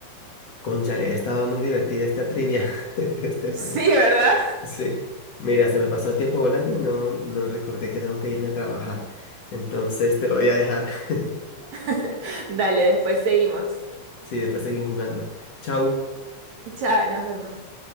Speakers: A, on the left; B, on the right.
A: Cónchale, ha estado muy divertida esta trivia, <laughs> Stephanie.
B: Sí, ¿verdad?
A: Sí. Mira, se me pasó el tiempo volando y no, no recordé que tengo que irme a trabajar. Entonces te voy a dejar. <laughs>
B: <laughs> Dale, después seguimos.
A: Sí, después seguimos jugando. Chau.
B: Chao, nos vemos.